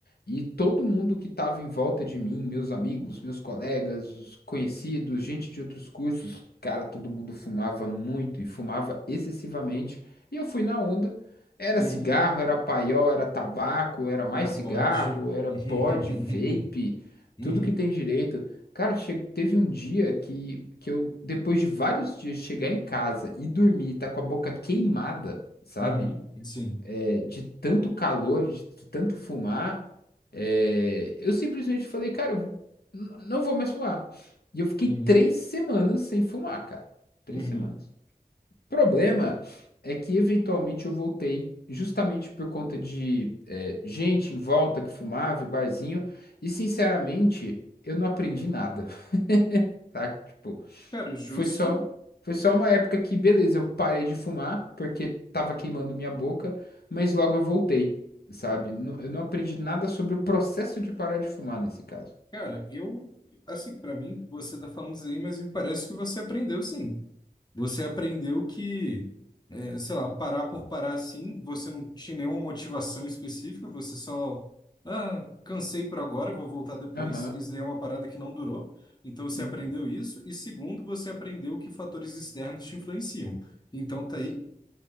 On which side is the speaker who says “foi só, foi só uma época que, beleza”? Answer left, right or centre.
Left